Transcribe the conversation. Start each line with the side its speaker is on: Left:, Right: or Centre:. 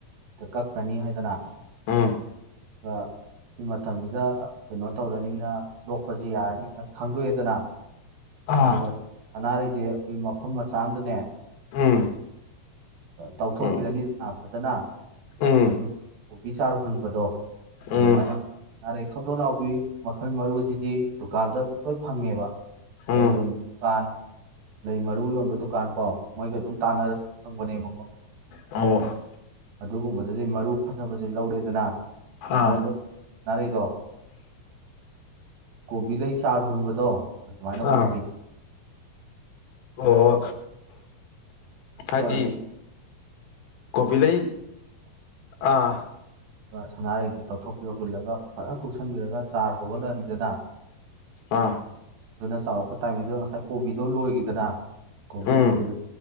Right: ꯁꯤꯗ ꯀꯛꯈ꯭ꯔꯅꯤ ꯍꯥꯏꯗꯅ
Left: ꯎꯝ
Right: ꯑꯗꯨꯒ ꯁꯤ ꯃꯇꯝꯁꯤꯗ ꯀꯩꯅꯣ ꯇꯧꯔꯅꯤꯅ ꯂꯣꯛꯄꯁꯤ ꯌꯥꯔꯅꯤꯅ ꯈꯪꯗꯣꯛꯑꯦꯗꯅ
Left: ꯑꯥ
Right: ꯑꯗꯨꯒ ꯁꯅꯥꯔꯩꯁꯦ ꯑꯩꯈꯣꯏ ꯃꯐꯝ ꯃꯆꯥ ꯑꯃꯗꯅꯦ
Left: ꯎꯝ
Right: ꯇꯧꯊꯣꯛꯄꯤꯔꯅꯤꯗꯅ
Left: ꯎꯝ
Right: ꯐꯖꯅ
Left: ꯎꯝ
Right: ꯑꯗꯨ ꯀꯣꯕꯤ ꯆꯥꯔ ꯍꯨꯟꯕꯗꯣ
Left: ꯎꯝ
Right: ꯑꯗꯨꯃꯥꯏꯅ ꯑꯔꯩ ꯊꯣꯟꯗꯣꯛ ꯂꯥꯎꯕꯤ ꯃꯈꯜ ꯃꯔꯨꯁꯤꯗꯤ ꯗꯨꯀꯥꯟꯗ ꯑꯗꯨꯝ ꯂꯣꯏ ꯐꯪꯉꯦꯕ ꯂꯩ
Left: ꯎꯝ
Right: ꯌꯣꯟꯕ ꯗꯨꯀꯥꯟ ꯂꯩ ꯃꯔꯨ ꯌꯣꯟꯕ ꯗꯨꯀꯥꯟ ꯀꯣ ꯃꯣꯏꯒ ꯑꯗꯨꯝ ꯇꯥꯟꯅꯔ ꯑꯗꯨ ꯐꯪꯕꯅꯦꯕꯀꯣ
Left: ꯑꯣ
Right: ꯑꯗꯨꯒꯨꯝꯕꯗꯗꯤ ꯃꯔꯨ ꯐꯖꯕꯁꯦ ꯂꯧꯔꯦꯗꯅ
Left: ꯑꯥ
Right: ꯗꯣꯟꯗꯣ ꯁꯥꯅꯔꯩꯗꯣ ꯀꯣꯕꯤ ꯂꯩꯩ ꯆꯥꯔ ꯍꯨꯟꯕꯗꯣ ꯑꯗꯨꯃꯥꯏꯅ ꯍꯨꯟꯕꯤꯕ
Left: ꯑꯥ ꯑꯣ
Right: ꯍꯨꯟꯕ
Left: ꯍꯥꯏꯗꯤ
Right: ꯇꯧꯔꯅꯤ
Left: ꯀꯣꯕꯤ ꯂꯩ ꯑꯥ
Right: ꯁꯥꯟꯅꯥꯔꯩꯗꯨ ꯇꯧꯊꯣꯛꯄꯤꯌꯣ ꯍꯨꯜꯂꯒ ꯐꯖꯅ ꯀꯨꯞꯁꯟꯕꯤꯔꯒ ꯆꯥꯔ ꯍꯧꯍꯜꯂꯅꯤꯗꯅ
Left: ꯑꯥ
Right: ꯑꯗꯨꯅ ꯆꯥꯎꯔꯛꯄ ꯇꯥꯏꯃꯤꯡꯗꯨꯗ ꯉꯁꯥꯏ ꯀꯣꯕꯤꯗꯣ ꯂꯣꯏꯈꯤꯗꯅ ꯀꯣꯕꯤ
Left: ꯎꯝ
Right: ꯂꯣꯏꯕꯗ